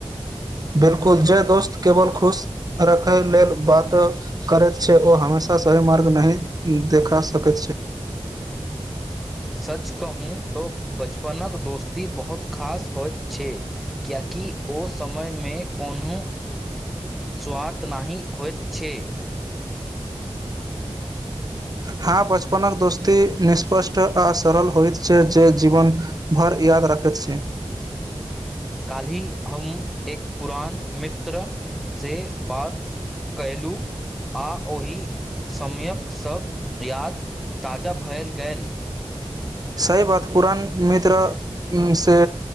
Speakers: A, on the right; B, in the centre.
A: बिलकुल जे दोस्त केवल खुश रखय लेल बात करैत छैय ओ हमेशा सही मार्ग नहि देखा सकैत छैय।
B: सच कह कहूँ तो बच अपनक दोस्ती बहुत खास होइत। छैय कियेकि ओ समयमे कोनो स्वार्थ नहि होइत छैय।
A: हँ बचपनकक दोस्ती निःष्पष्ट आ सरल होइत छैय जे जीवन भर याद रखैत छैय।
B: काल्हि हम एक पुरान मित्र से बात कयलहुँ आ ओहि समयक सब याद ताजा भएल गेल।
A: सही बात पुरान मित्रसे